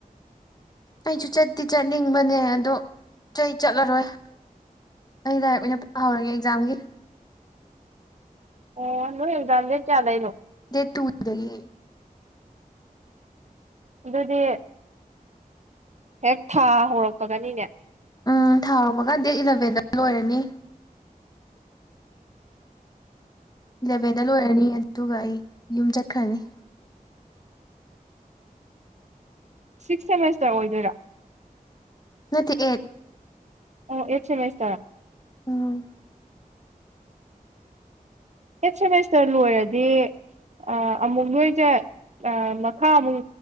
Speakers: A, on the left (about 25°); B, on the right (about 50°).
A: ꯑꯩꯁꯨ ꯆꯠꯇꯤ ꯆꯠꯅꯤꯡꯕꯅꯦ ꯑꯗꯣ ꯑꯩ ꯆꯠꯂꯔꯣꯏ ꯑꯩ ꯂꯥꯏꯔꯤꯛ ꯑꯣꯏꯅ ꯄꯥꯍꯧꯔꯒꯦ ꯑꯦꯛꯖꯥꯝꯒꯤ
B: ꯑꯣ ꯅꯣꯏ ꯑꯦꯛꯖꯥꯝ ꯗꯦꯠ ꯀꯌꯥꯗꯩꯅꯣ
A: ꯗꯦꯠ ꯇꯨꯗꯒꯤ
B: ꯑꯗꯨꯗꯤ ꯍꯦꯛ ꯊꯥ ꯍꯧꯔꯛꯄꯒꯅꯤꯅꯦ
A: ꯎꯝ ꯊꯥ ꯍꯧꯕꯒ ꯗꯦꯠ ꯏꯜꯂꯚꯦꯟꯗ ꯂꯣꯏꯔꯅꯤ ꯏꯜꯂꯚꯦꯟꯗ ꯂꯣꯏꯔꯅꯤ ꯑꯗꯨꯒ ꯑꯩ ꯌꯨꯝ ꯆꯠꯈ꯭ꯔꯅꯤ
B: ꯁꯤꯛꯁ ꯁꯦꯃꯤꯁꯇ꯭ꯔ ꯑꯣꯏꯗꯣꯏꯔ
A: ꯅꯠꯇꯦ ꯑꯦꯠ
B: ꯑꯣ ꯑꯦꯠ ꯁꯦꯃꯤꯁꯇ꯭ꯔ
A: ꯎꯝ
B: ꯑꯦꯠ ꯁꯦꯃꯦꯁꯇ꯭ꯔ ꯂꯣꯏꯔꯗꯤ ꯑꯥ ꯑꯃꯨꯛ ꯅꯣꯏꯖꯦ ꯑ ꯃꯈꯥꯃꯨꯛ